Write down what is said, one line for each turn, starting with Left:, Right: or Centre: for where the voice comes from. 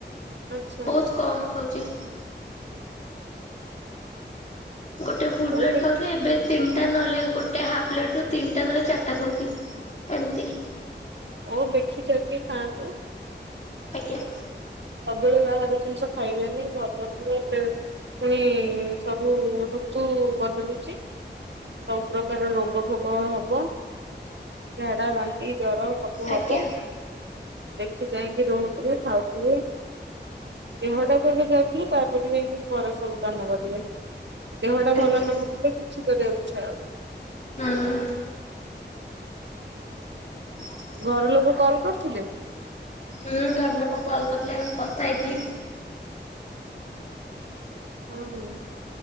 Right: ଆଚ୍ଛା
Left: ବୋହୁତ୍ କମ୍ ଖାଉଛି। ଗୋଟେ ଫୁଲ
Right: ହଉ
Left: ପ୍ଲେଟ୍ ଖାଉଥିଲି ଏବେ ତିନ୍ଟା ନହେଲେ ଗୋଟେ ହାଫ୍ ପ୍ଲେଟ୍ ରୁ ତିନ୍ଟା ନହେଲେ ଚାର୍ଟା ଖାଉଛି ଏମ୍ତି।
Right: ଓଉ ଦେଖି ଚାଖି ଖାଆନ୍ତୁ।
Left: ଆଜ୍ଞା।
Right: ସବୁବେଳେ ବାହାର ଜିନ୍ଷ ଖାଇବେନି ଭଲ ନୁହେଁ। ବେଳେ ପୁଣି ସବୁ ଋତୁ ବଦୁଳୁଛି। ସବୁ ପ୍ରକାର ରୋଗ ଫୋଗ ହବ ଝାଡା, ବାନ୍ତି, ଜର। ସବୁ
Left: ଆଜ୍ଞା
Right: ହବ ଦେଖି ଚାହିଁକି ରୋହୁଥିବେ, ଖାଉଥିବେ। ଦେହଟା କୁ ଆଗେ ଯଗିକି, ତାପରେ ଯାଇଁକି ପରେ ସବୁ କାମ କରିବେ। ଦେହଟା
Left: ଆଜ୍ଞା।
Right: ଭଲ ନ ନଥିଲେ, କିଛି କରିବାକୁ ଇଚ୍ଛା ହବନି।
Left: ହୁଁ। <unintelligible>
Right: ଘର ଲୋକ କଲ୍ କରୁଥିଲେ?
Left: ହୁଁ ଘର ଲୋକ କଲ୍ କରିଥିଲେ, ଏବେ ମୁଁ କଥା ହେଇଥିଲି।
Right: ହୁଁ ହୁଁ,